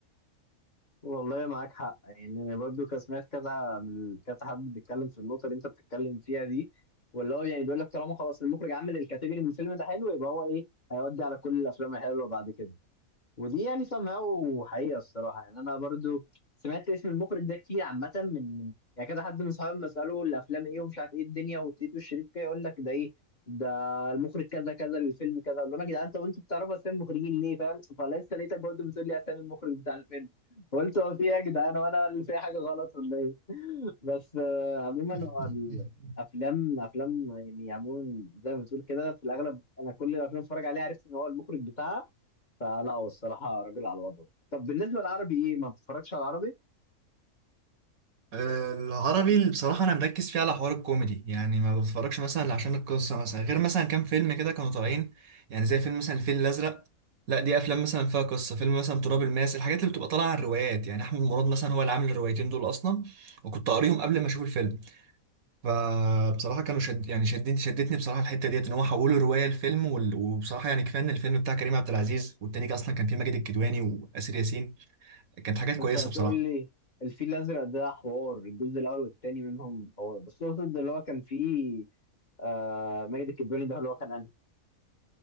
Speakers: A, on the left; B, on the right.
A: والله معاك حق يعني انا برضو كان سمعت كذا من كذا حد بيتكلم في النقطه اللي انت بتتكلم فيها دي واللي هو يعني بيقول لك طالما خلاص المخرج عمل الكاتيجوري من الفيلم ده حلو يبقى هو ايه هيودي على كل الافلام الحلوه بعد كده ودي يعني somehow حقيقة الصراحة يعني أنا برضو سمعت اسم المخرج ده كتير عامة من من- يعني كذا حد من صحابي لما أسأله الأفلام إيه ومش عارف إيه الدنيا والتيت والشريط كده يقول لك ده إيه ده المخرج كذا كذا للفيلم كذا أقول لهم يا جدعان طب أنتوا بتعرفوا أسامي المخرجين ليه فاهم فلسه لقيتك برضو بتقول لي أسامي المخرج بتاع الفيلم قلت هو في إيه يا جدعان وأنا اللي فيها حاجة غلط ولا إيه بس آه، عموما
B: <laughs>
A: هو الأفلام أفلام يعني عموما زي ما بتقول كده في الأغلب أنا كل الأفلام اللي بتفرج عليها عرفت إن هو المخرج بتاعها فلا هو الصراحة راجل على وضعه طب بالنسبة للعربي ايه ما بتتفرجش على العربي
B: آه، العربي اللي بصراحة أنا مركز فيه على حوار الكوميدي يعني ما بتفرجش مثلا إلا عشان القصة مثلا غير مثلا كام فيلم كده كانوا طالعين يعني زي فيلم مثلا الفيل الأزرق لا دي أفلام مثلا فيها قصة فيلم مثلا تراب الماس الحاجات اللي بتبقى طالعة عن روايات يعني أحمد مراد مثلا هو اللي عامل الروايتين دول أصلا وكنت قاريهم قبل ما أشوف الفيلم فبصراحة كانوا شد يعني شدتني شدتني بصراحة الحتة ديت إن هو حولوا رواية لفيلم وال... وبصراحة يعني كفاية إن الفيلم بتاع كريم عبد العزيز والتاني كان أصلا كان فيه ماجد الكدواني وآسر ياسين كانت حاجات كويسة
A: انت هتقول
B: بصراحة
A: لي الفيل الازرق ده حوار الجزء الاول والتاني منهم هو بس اقصد اللي هو كان فيه آه ماجد الكدواني ده اللي هو كان انهي